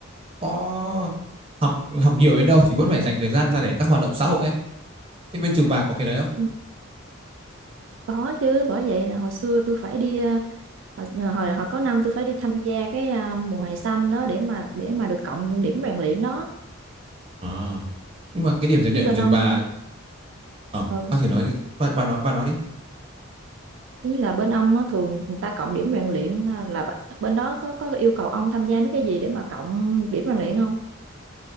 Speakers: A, on the right; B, on the right.
A: có học học nhiều đến đâu thì vẫn phải dành thời gian ra để các hoạt động xã hội ấy. Thế bên trường bà có cái đấy không?
B: Ừ, Có chứ, bởi vậy là hồi xưa tôi phải đi ờ, hồi ờ, hồi, hồi có năm tôi phải đi tham gia cái ờ, mùa hè xanh đó để mà để mà được cộng điểm rèn luyện đó.
A: À. Nhưng mà cái điểm rèn luyện
B: Chứ bên
A: của trường
B: ông
A: bà ờ
B: ừ,
A: bà thử nói bà, bà nói bà nói đi.
B: chứ là bên ông á, thường người ta cộng điểm rèn luyện ờ, là b- bên đó có có yêu cầu ông tham gia mấy cái gì để mà cộng điểm rèn luyện không?